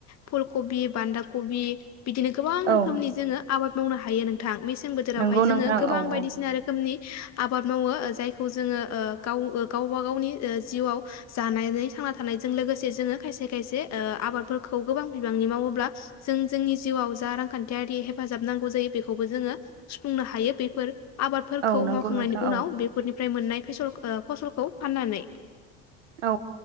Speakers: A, on the left; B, on the right.
A: फुल कबि, बान्दा कबि बिदिनो गोबां रोखोमनि
B: औ
A: जोङो आबाद मावनो हायो नोंथां मेसें मेसें बोथोरावहाय
B: नंगौ
A: जोङो
B: नोंथां
A: गोबां
B: औ
A: बायदिसिना
B: औ
A: रोखोमनि आबाद मावो जायखौ जोङो गाव गावबा गावनि जिउआव जानानै थांना थानायजों लोगोसे जोङो खायसे खायसे आबादफोरखौ गोबां बिबांनि मावोब्ला जों जोंनि जिउआव जा रांखानथियारि हेफाजाब नांगौ जायो बेखौबो जोङो सुफुंनो हायो बेफोर आबादफोरखौ
B: औ नंगौ
A: मावखांनायनि
B: नोंथां
A: उनाव
B: औ
A: बेफोरनि ओमफ्राय मोननाय फसल फसलखौ फाननानै
B: औ